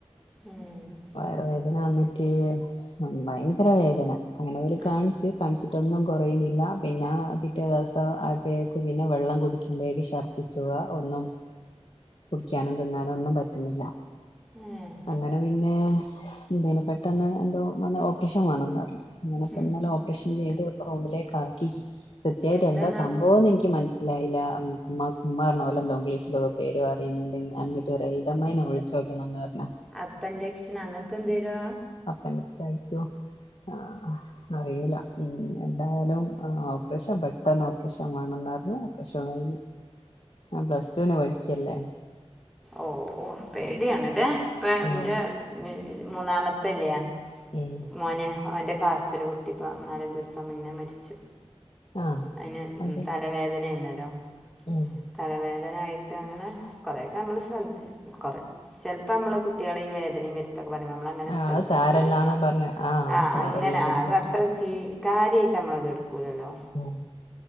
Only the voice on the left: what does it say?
വയറ് വേദന വന്നിട്ട് ഭയങ്കര വേദന അങ്ങനോല്
കാണിച്ച് കാണിച്ച്ട്ടൊന്നും കൊറയ്ന്നില്ല. പിന്ന പിറ്റേ ദിവസം ആയ പ്പേക്ക് പിന്നെ വെള്ളം കുടിക്കുമ്പൊയേക്ക് ഛർദ്ദിച്ചോക. ഒന്നും കുടിക്കാനും തിന്നാനൊന്നും പറ്റുന്നില്ല.
അങ്ങനെ പിന്നെ എന്തേനു പെട്ടെന്ന് എന്തോ വന്ന് ഓപ്പറേഷൻ വേണന്ന് പറഞ്ഞ് അങ്ങനെപ്പന്നലെ
ഓ ഒറേഷൻ ചെയ്ത് റൂമിലേക്കാക്കീക്ക് കൃത്യായിട്ടെന്താ
സംഭവംന്ന് ഇൻക്ക് മനസ്സി ഇല്ല ഇല്ല ഉം ഉമ്മ ഉമ്മാ പറഞ്ഞപോലെ എന്തോഗ്ലീഷിലൊക്കെ പേര് പറിയുന്നുണ്ടെങ്കി റെയ്തമ്മായിനെ വിളിച്ചു നോക്കണന്ന് പറഞ്ഞേ
അപ്പൻ്റിക്സ് ആയിരിക്കോ ആഹ് അറിയുല്ല. പിന്നെന്തായാലും ഓപ്പറേഷൻ പെ ട്ടെന്ന് ഓപ്പറേഷൻ വേണന്നു പറഞ്ഞ് ഓപ്പറേഷൻ കഴിഞ്ഞ് ഞാൻ പ്ലസ്ടുവിന് പഠിക്കല്ലേ
ഉം
ഉം
ആഹ്
അതെ
ഉം
ആഹ്
അത് സാരല്ലാന്ന് പറഞ്ഞ് അത്
സാരല്ലാന്നും
പറഞ്ഞ്
ഉം